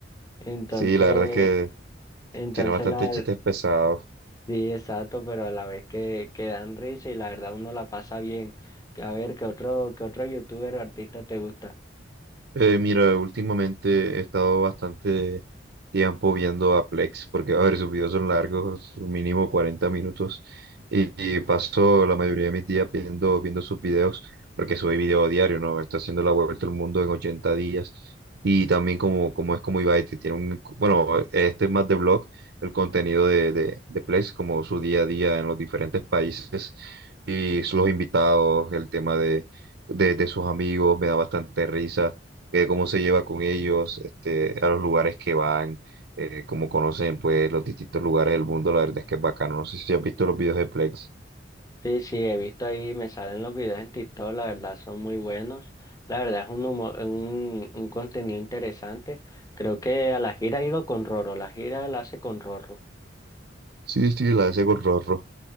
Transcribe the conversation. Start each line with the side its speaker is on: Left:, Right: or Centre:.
Left: Entonces,
Right: Sí, la verdad es que
Left: entonces
Right: tiene bastantes
Left: la,
Right: chistes pesados.
Left: sí, exacto, pero a la vez que, que dan risa y la verdad uno la pasa bien. A ver, ¿qué otro, qué otro youtuber o artista te gusta?
Right: Eh, mira, últimamente he estado bastante tiempo viendo a Plex porque, a ver, sus videos son largos, mínimo 40 minutos, y, y paso la mayoría de mis días viendo, viendo sus videos porque sube video diario, ¿no? Está haciendo la vuelta al mundo en 80 días. Y también como, como es como Ibai, que tiene un, bueno, este es más de blog, el contenido de, de, de Plex, como su día a día en los diferentes países y los invitados, el tema de, de de sus amigos, me da bastante risa eh, cómo se lleva con ellos, este, a los lugares que van, eh, cómo conocen pues los distintos lugares del mundo, la verdad es que es bacano. No sé si has visto los videos de Plex.
Left: Sí, sí, he visto ahí, me salen los videos en TikTok, la verdad son muy buenos. La verdad es un humo- un, un contenido interesante. Creo que a la gira ha ido con Roro, la gira la hace con Roro.
Right: Sí, sí, la hace con Rorro.